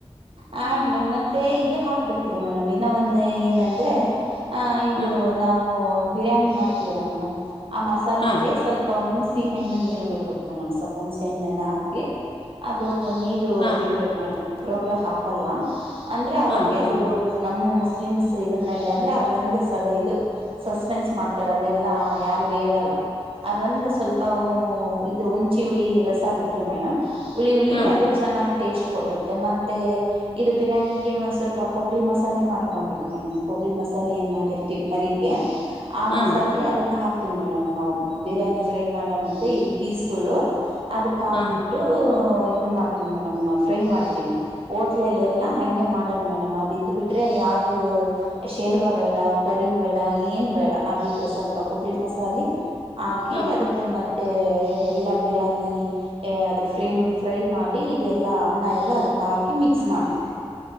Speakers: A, on the right; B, on the left.
A: ಹ ಮೇಡಮ್ ಮತ್ತೆ ಇದು ಹಾಕ್ಬೇಕ್ರಿ ಮೇಡಮ್ ಇನ್ನ ಒಂದ ಏನಂದ್ರೆ ಆ ಇದು
B: ಹ್ಮ್
A: ನಾವು ಬಿರಿ್ಯಾನಿ ಮಾಡ್ತೀವಲ್ಲ ಮೇಡಮ್ ಆ ಮಸಾಲಿಗೆ
B: ಹ್ಮ್
A: ಸ್ವಲ್ಪ ಹಣ ಹೆಣ್ಣ ನೀರು ಬಿಡ್ಬೇಕು ಮೇಡಮ್ ಸಪ ಹಣ್ಣ ಹಾಕಿ ಅದು ನೀರು
B: ಹ್ಮ್
A: ಬಿಡ್ಬೇಕು ಮೇಡಮ್ ಒಬ್ರೊಬ್್ರ ಹಾಕಲ್ನ ಅಂದ್ರೆ ಅವಾಗೆ
B: ಹ್ಮ್ ಹ್ಮ್
A: ಅದು ನಮ್ಮ ಮುಸ್ ಮುಸ್ಲಿಮ್ಸ್ ಇದ್ರಲ್ಲ ಅಂದ್ರೆ ಅದ ಒಂದೇ ಇ ಸಸ್ಪೆನ್ಸ್ ಮಾಡ್ತಾರೆ ಅದೆಲ್ಲ ಯಾರಗ ಹೇಳಲ್ಲ ಅದ ಒಂದ ಸ್ವಲ್ಪ ಇ ಹಚಿ ಹಿ ರಸ ಬಿಟ್ರ ಮಡ್
B: ಹ್ಮ್
A: ಅದು ಚೆನ್ನಾಗ ಟೇಸ್ಟ್ ಕೊಡುತ್ತೆ ಮತ್ತೆ ಇದು ಬಿರಿಯಾನಿಗೆ ಒಂದ್ ಸ್ವಲ್ಪ ಕೊಬ್ಬರಿ ಮಸಾಲೆ ಮಾಡ್ಕೊಬೇಕು ಮೇಡಮ್ ಕೊಬ್ಬರಿ ಮಸಾಲ ಸ ಏನ್ ಮಾಡಿರ್ತಿೀವಿ ಕರಿಗೆ ಆ
B: ಹ್ಮ್
A: ಮಸಾಲೆ ಅದಕ್ ಹಾಕ್ತ ಮೇಡಮ್ ನಾವ್ ಬಿರಿಯಾನಿ ಫ್ರೈ ಮಾಡ ಮುಂದೆ ಇದು ಪೀಸ್ಗಳು ಅದಕ್ ಹಾಕ್ಬಿಟ್ಟು
B: ಹ್ಮ್
A: ಮಾಡ್ತೀವಿ ಮೇಡಮ್ ನಾವವು ಫ್ರೈ ಮಾಡ್ತೀವಿ ೋಟ್ಲಲೆ ಎಲ್ಲಾ ಹಗೆ ಮಾಡದ್ ಮೇಡಮ್ ಅದ ಇದ್ ಬಿಿಟ್ರೆ ಯಾವ್ದ ಶೇರ್ವಾ ಬೇಡ ಕರಿ ಬೇಡ ಏನ್ ಬೇಡ ಅದ ಇದು ಸ್ವಲ್ಪ ಕೊಬ್ಬರಿ ಮಸಾಲೆ ಹಾಕಿ
B: ಹ್ಮ್
A: ಅದಕ್ಕೆ ಮತ್ತ ಮತ್ತ ಎಲ್ಲಾ ಬಿರಿಯಾನಿ ಅದು ಫ್ರೇಮ್ ಫ್ರೈ ಮಾಡಿ ಇದೆಲ್ಲ ಅನ್ನ ಎಲ್ಲ ಅದಕ್ಕೆ ಹಾಕಿ ಮಿಕ್ಸ್ ಮಾಡ್ತೀವಿ